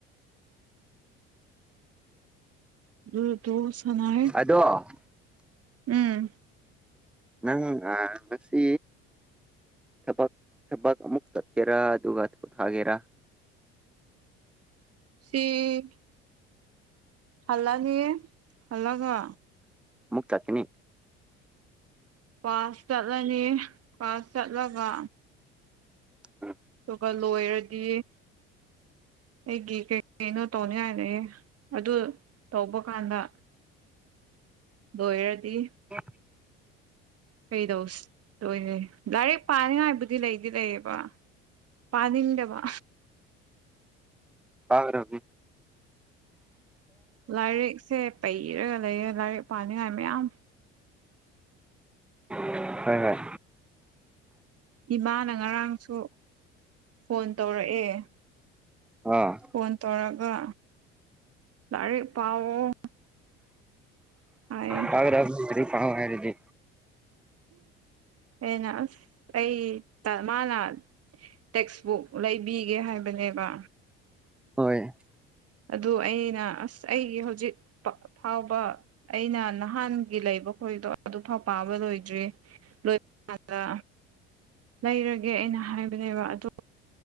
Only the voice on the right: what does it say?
ꯎ ꯇꯣ ꯁꯅꯥ ꯍꯥꯏ
ꯎꯝ
ꯁꯤ ꯍꯜꯂꯅꯤ ꯍꯜꯂꯒ
ꯄꯥꯁ ꯆꯠꯂꯅꯤ ꯄꯥꯁ ꯆꯠꯂꯒ
ꯑꯗꯨꯒ ꯂꯣꯏꯔꯗꯤ ꯑꯩꯒꯤ ꯀꯩ ꯀꯩꯅꯣ ꯇꯧꯅꯤꯉꯥꯢ ꯂꯩꯌꯦ ꯑꯗꯨ ꯇꯧꯕ ꯀꯥꯟꯗ ꯂꯣꯢꯔꯗꯤ
ꯀꯩꯗꯧ ꯂꯣꯏꯔꯦ ꯂꯥꯏꯔꯤꯛ ꯄꯥꯅꯤꯡꯉꯥꯏꯕꯨꯗꯤ ꯂꯩꯗꯤ ꯂꯩꯌꯦꯕ ꯄꯥꯅꯤꯡꯗꯕ
ꯂꯥꯏꯔꯤꯛꯁꯦ ꯄꯩꯔꯒ ꯂꯩꯔ ꯂꯥꯏꯔꯤꯛ ꯄꯥꯅꯤꯡꯉꯥꯏ ꯃꯌꯥꯝ
ꯏꯃꯥꯅ ꯉꯔꯥꯡꯁꯨ ꯐꯣꯟ ꯇꯧꯔꯛꯑꯦ
ꯐꯣꯟ ꯇꯧꯔꯒ ꯂꯥꯏꯔꯤꯛ ꯄꯥꯎꯑꯣ ꯍꯥꯏꯌꯦ
ꯑꯩꯅ ꯑꯁ ꯑꯩ ꯃꯥꯂꯥꯛꯅ ꯇꯦꯛꯁꯕꯨꯛ ꯂꯩꯕꯤꯒꯦ ꯍꯥꯏꯕꯅꯦꯕ
ꯑꯗꯨ ꯑꯩꯅ ꯑꯁ ꯑꯩꯒꯤ ꯍꯧꯖꯤꯛ ꯐꯥꯎꯕ ꯑꯩꯅ ꯅꯍꯥꯟꯒꯤ ꯂꯩꯕ ꯍꯈꯣꯏꯗꯣ ꯑꯗꯨꯐꯥꯎ ꯄꯥꯕ ꯂꯣꯏꯗ꯭ꯔꯤ ꯂꯣꯏꯕ ꯀꯗ ꯂꯩꯔꯒꯦ ꯑꯩꯅ ꯍꯥꯏꯕꯅꯦꯕ ꯑꯗꯣ